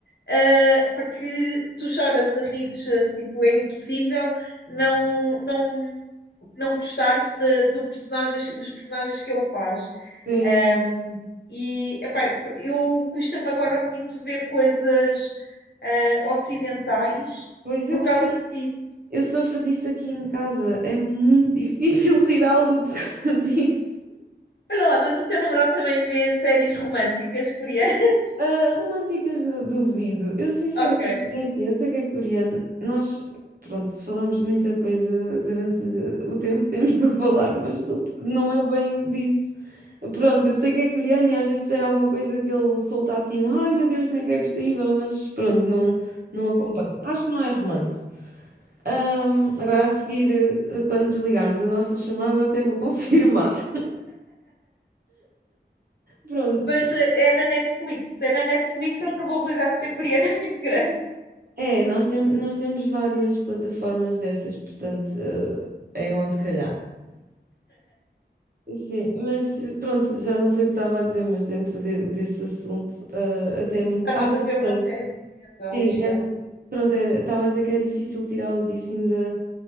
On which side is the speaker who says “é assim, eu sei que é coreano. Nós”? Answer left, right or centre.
Right